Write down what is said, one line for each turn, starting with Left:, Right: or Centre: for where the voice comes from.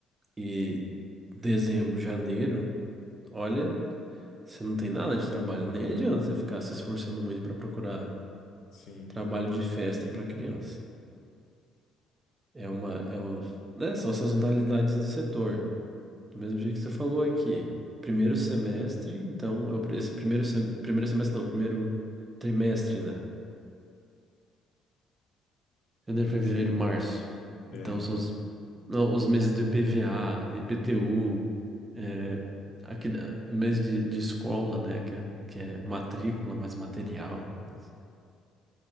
Right: e dezembro, janeiro, olha, você não tem nada de trabalho, nem adianta você ficar se esforçando muito para procurar
Left: Sim,
Right: trabalho de festa para criança. É uma, é o, né, são as sazonalidades do setor. Do mesmo jeito que você falou aqui, primeiro semestre, então, é o pri- esse primeiro, sem- primeiro semestre não, primeiro trimestre, né? Janeiro, fevereiro,
Left: sim,
Right: março. Então,
Left: é,
Right: são os, não, os meses do IPVA, IPTU, é, aquele ah, mês de, de escola, né? Que é, que é matrícula, mais material, mas,